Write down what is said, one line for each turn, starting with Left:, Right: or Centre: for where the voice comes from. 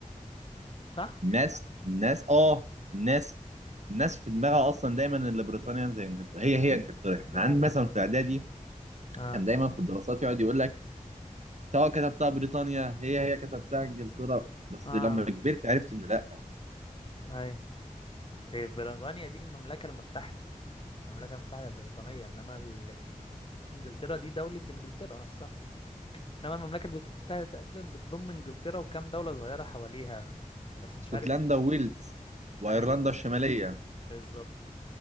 Left: صح؟
Right: الناس الناس اه الناس الناس في دماغها اصلا دايما ان بريطانيا زي انجلترا هي هي انجلترا احنا
Left: لا
Right: عندي
Left: لا
Right: مثلا في اعدادي
Left: اه
Right: كان دايما في الدراسات يقعد يقول لك سواء كتبتها بريطانيا هي هي كتبتها انجلترا بس
Left: اه
Right: لما كبرت عرفت انه لا
Left: اي إيه، بريطانيا دي المملكة المتحدة المملكة المتحدة البريطانية انما ال- إن- انجلترا دي دولة انجلترا نفسها انما المملكة المتحدة تقريبا بتضم انجلترا وكام دولة صغيرة حواليها بس مش
Right: اسكتلندا
Left: عارف
Right: وويلز وايرلندا
Left: ايوه بالظبط
Right: الشماليه
Left: بالظبط